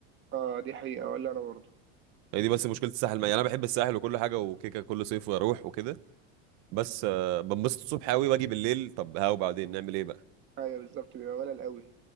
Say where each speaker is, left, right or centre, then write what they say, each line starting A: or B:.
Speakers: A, on the right (about 35°); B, on the right (about 60°).
A: اه دي حقيقه ولا انا برضه
B: هي دي بس مشكله الساحل يعني انا بحب الساحل وكل حاجه وكيكه كل صيف واروح وكده بس
A: مم.
B: آه، بنبسط الصبح قوي واجي بالليل طب ها وبعدين نعمل ايه بقى
A: ايوه بالظبط بيبقى ملل قوي